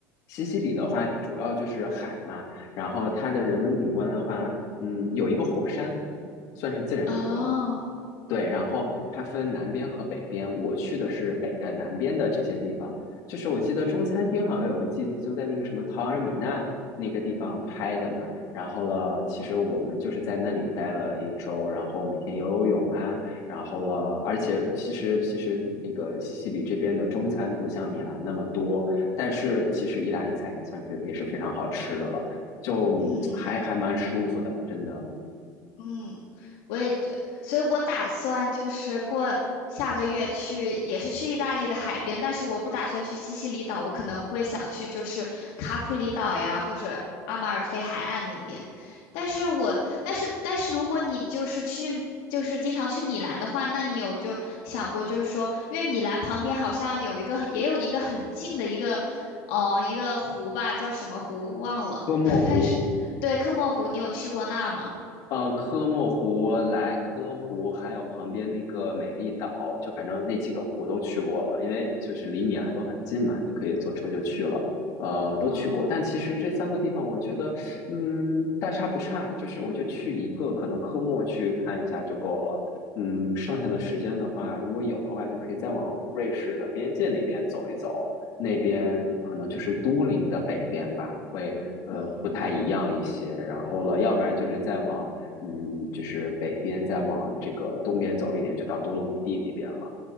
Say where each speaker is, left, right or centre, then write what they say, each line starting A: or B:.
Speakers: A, on the left (about 55°); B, on the left (about 75°).
A: 西西里的话主要就是海嘛，然后它的人文景观的话，嗯，有一个火山，算是自然景观。
B: 哦，
A: 对，然后它分南边和北边，我去的是北呃南边的这些地方。就是我记得中餐厅好像有一季就在那个什么陶尔米纳那个地方拍的嘛。然后了，其实我们就是在那里待了一周，然后每天游游泳啊，然后了，而且其实其实那个西西里这边的中餐不像米兰那么多，但是其实意大利菜也算是也是非常好吃的了，就嗯还还蛮舒服的，
B: 嗯。
A: 真的。
B: 嗯，我也觉，所以我打算就是过下个月去，也是去意大利的海边，但是我不打算去西西里岛，我可能会想去就是卡普里岛呀，或者阿马尔菲海岸那边。但是我，但是但是如果你就是去，就是经常去米兰的话，那你有就想过，就是说，因为米兰旁边好像有一个，也有一个很近的一个，哦，一个湖吧，叫什么湖忘了，
A: 哥莫湖。
B: <laughs> 但是对，科莫湖，你有去过那儿吗？
A: 呃，科莫湖、莱科湖，还有旁边那个美丽岛，就反正那几个湖都去过了，因为就是离米兰都很近嘛，你可以坐车就去了。呃，都去过，
B: 哦，
A: 但其实这三个地方，我觉得，嗯，大差不差，就是我就去一个，可能科莫去看一下就够了。嗯，剩下的时间的话，如果有的话，就可以再往瑞士的边界那边走一走，那边可能就是都灵的北边吧，会呃不太一样一些。
B: 嗯，
A: 然后了，要不然就是再往。嗯，就是北边再往这个东边走一点，就到多洛米蒂那边了。